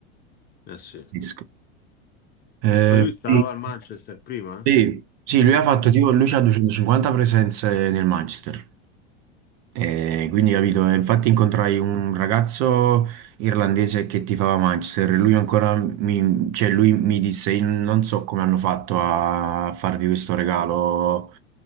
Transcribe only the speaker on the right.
pazzesco. Eh,
Sì.
sì, sì, lui ha fatto
tipo, lui c'ha 250 presenze nel Manchester. E quindi capito, e infatti incontrai un ragazzo irlandese che tifava Manchester e lui ancora mi, cioè lui mi disse, "Io non so come hanno fatto a farvi questo regalo